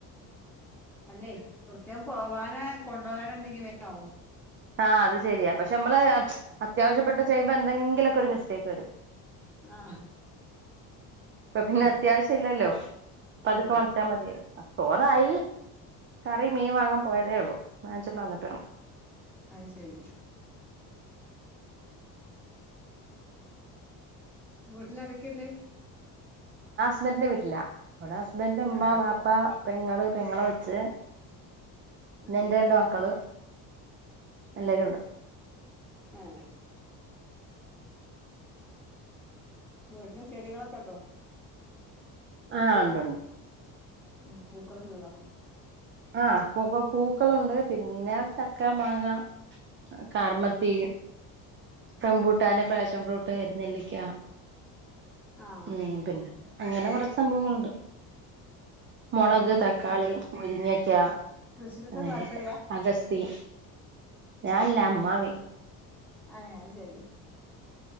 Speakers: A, in the centre; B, on the right.
A: അല്ലെ കൃത്തിയാം പോവാന കൊണ്ടുപോകാന ഉണ്ടെങ്കി വോവോ
B: ആ അത് ശരിയാ പക്ഷെ നമ്മള് അത്യാവ്യപ്പെട്ട ച ചെയുമോൾ എന്തെങ്കിലൊക്കെ ഒരു മിസ്റ്റേക്ക് വരും
A: ആ
B: ഇപ്പൊ പിന്നെ
A: ഉം.
B: അത്യാവശ്യം ഇല്ലല്ലോ പതുക്കം
A: ആ
B: വച്ചാ മതി സോനായി കറി മീൻ വാങ്ങാൻ പോയതേ ഉള്ളു മാങ്ങിച്ചിട്ട് വന്നിട്ട് വേണം
A: അ ശരി വിട്ടിലാരക്കെല്ലേ
B: സ്മരെ വീട്ടില്ല ഇവിടെ ഹസ്ബൻഡ് മ്മ
A: ശരി
B: പാപ്പാ പെങ്ങള് പെങ്ങള് വെച്ച് പിന്നെ
A: ആ
B: എന്റെ ണ്ട് മക്കള് എല്ലരും ഉണ്ട്
A: ആ വിട്ടിലെ ചെടിക കണ്ടോ
B: ആ ഉണ്ട്ണ്ട്
A: ഉ പൂക്കൾ <unintelligible>
B: ആഹ പൂക്ക പൂക്കളുണ്ട് പിന്നെ ചക്ക മാങ്ങ കാറമത്തി റംബൂട്ടാനെ ഫാശം ഫ്രൂട്ട് കരുന്നില്ലിക്ക
A: ആഹ്
B: ഉം പിന്നെ അങ്ങനെ കൊറച്ച് സംഭവങ്ങുണ്ട് മുളക്
A: ഉം ചെടിക
B: തക്കാളി മുരിങ്ങിയ ക
A: കൃഷിക്കൊക്കെ
B: അങ്ങനെയക്ക
A: താല്പര്യ
B: അഗസ്തിയും ഞാനല്ല അമ്മാവ
A: അ ശരി